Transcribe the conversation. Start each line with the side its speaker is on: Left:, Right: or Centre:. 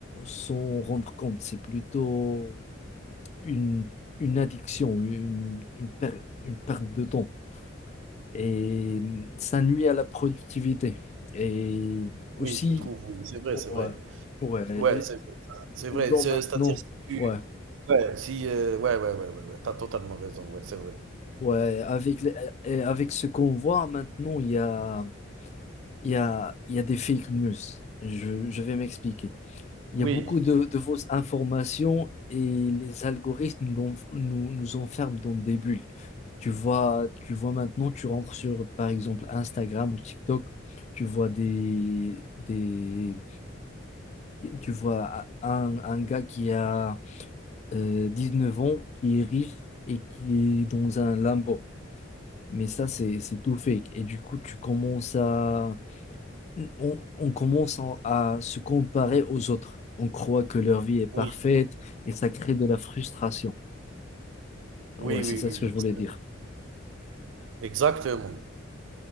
Left: s'en rendre compte. C'est plutôt une, une addiction, une, une per- une perte de temps. Et ça nuit à la productivité. Et aussi,
Right: oui, je trouve, oui, c'est vrai,
Left: ouais,
Right: c'est vrai.
Left: ouais,
Right: Ouais,
Left: les,
Right: c'est vrai, ça, c'est
Left: les
Right: vrai.
Left: gens
Right: C'est-
Left: maintenant,
Right: C'est-à-dire si tu,
Left: ouais,
Right: ouais, si, euh, ouais, ouais, ouais, ouais, ouais, t'as totalement raison, ouais, c'est vrai.
Left: ouais, avec, les- et avec ce qu'on voit maintenant, il y a Il y a, il y a des fake news. Je, je vais m'expliquer. Il
Right: Oui,
Left: y a beaucoup de, de fausses informations et les algorithmes nous, nous, nous enferment dans des bulles. Tu vois, tu vois maintenant, tu rentres sur, par exemple, Instagram ou TikTok, tu vois des, des, tu vois un, un gars qui a euh, neuf ans, qui est riche et qui est dans un Lambo. Mais ça, c'est, c'est tout fake. Et du coup, tu commences à, on, on commence en- à se comparer aux autres. On croit que leur vie est parfaite
Right: oui.
Left: et ça crée de la frustration.
Right: Oui,
Left: Ouais, c'est
Right: oui,
Left: ça
Right: oui,
Left: ce que
Right: oui,
Left: je voulais
Right: c'est
Left: dire.
Right: vrai. Exactement,